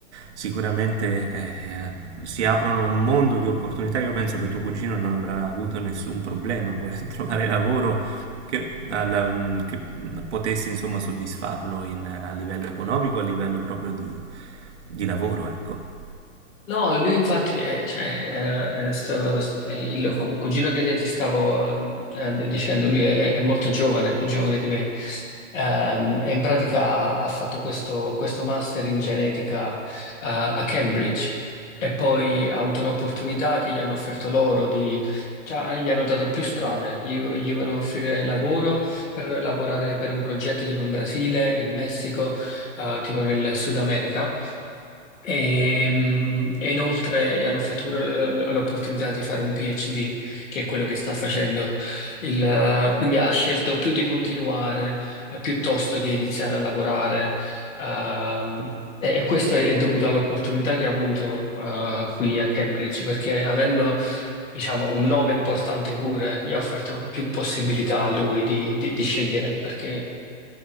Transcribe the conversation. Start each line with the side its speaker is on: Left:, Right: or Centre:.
Right: sicuramente eh, si aprono un mondo di opportunità. Io penso che tuo cugino non avrà avuto nessun problema poi a trovare lavoro che, alla- mm, che potesse insomma soddisfarlo in- a livello economico, a livello proprio di, di lavoro, ecco.
Left: No, lui infatti è, cioè, eh, eh, sto- s- eh, il cu- cugino che ti stavo ehm, eh, dicendo, lui è, è molto giovane, è più giovane di me, Ehm, e in pratica ha fatto questo, questo master in genetica eh, a Cambridge e poi ha avuto un'opportunità che gli hanno offerto loro di... cioè, gli hanno dato più strade, gli, gli vogliono offrire lavoro per lavorare per un progetto tipo in Brasile, in Messico, eh, tipo nel Sud America. E, mh, e inoltre gli hanno offerto pure eh, l- l'opportunità di fare un PhD, che è quello che sta facendo. Il, eh, quindi ha scelto più di continuare eh, piuttosto che iniziare a lavorare. ehm, e, e questo è dovuto all'opportunità che ha avuto eh, qui a Cambridge, perché avendo, diciamo, un nome importante pure, gli ha offerto più possibilità a lui di di- di scegliere, perché